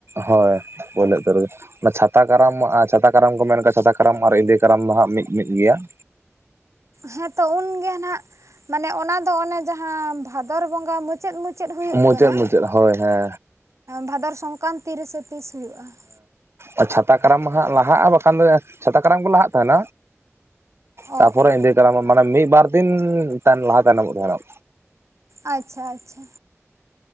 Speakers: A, on the right; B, on the right.
A: ᱦᱳᱭ ᱯᱳᱭᱞᱳ ᱩᱛᱟᱹᱨ ᱨᱮᱜᱮ ᱚᱱᱟ ᱪᱷᱟᱛᱟ ᱠᱟᱨᱟᱢᱚᱜᱼᱟ ᱪᱷᱟᱛᱟ ᱠᱟᱨᱟᱢ ᱠᱚ ᱢᱮᱱ ᱠᱟᱜ-ᱟ ᱪᱷᱟᱛᱟ ᱠᱟᱨᱟᱢ ᱟᱨ ᱮᱸᱫᱮ ᱠᱟᱨᱟᱢ ᱫᱚ ᱦᱟᱸᱜ ᱢᱤᱫ ᱢᱤᱫ ᱜᱮᱭᱟ ᱾
B: ᱦᱮᱸᱛᱚ ᱩᱱᱜᱮ ᱱᱟᱜ ᱢᱟᱱᱮ ᱚᱱᱟ ᱫᱚ ᱚᱱᱮ ᱡᱟᱦᱟᱸ ᱵᱷᱟᱫᱚᱨ ᱵᱚᱸᱜᱟ ᱢᱩᱪᱟᱹᱫ ᱢᱩᱪᱟᱹ ᱪᱟᱹᱫ ᱦᱩᱭᱩᱜ
A: ᱢᱩᱪᱟᱹᱫ
B: ᱠᱟᱱᱟ
A: ᱢᱩᱪᱟᱹᱫ ᱦᱳᱭ ᱦᱮᱸ
B: ᱵᱷᱟᱫᱚᱨ ᱥᱚᱝᱠᱟᱱᱛᱤ ᱨᱮ ᱥᱮ ᱛᱤᱥ ᱦᱩᱭᱩᱜᱼᱟ ᱾
A: ᱟᱨ ᱪᱷᱟᱛᱟ ᱠᱟᱨᱟᱢ ᱢᱟ ᱦᱟᱜ ᱞᱟᱦᱟᱜᱼᱟ ᱵᱟᱠᱷᱟᱱ ᱫᱚ ᱪᱷᱟᱛᱟ ᱠᱟᱨᱟᱢ ᱜᱮ ᱞᱟᱦᱟᱜ ᱛᱟᱦᱮᱱ᱾
B: ᱚ
A: ᱛᱟᱯᱚᱨᱮ
B: ᱚ
A: ᱮᱸᱫᱮ ᱠᱟᱨᱟᱢ ᱢᱟᱱᱮ ᱢᱤᱫᱵᱟᱨ ᱫᱤᱱ ᱞᱟᱦᱟ ᱛᱟᱭᱱᱚᱢᱚᱜ ᱛᱟᱦᱮᱱᱚᱜ᱾
B: ᱟᱪᱪᱷᱟ, ᱟᱪᱪᱷᱟ᱾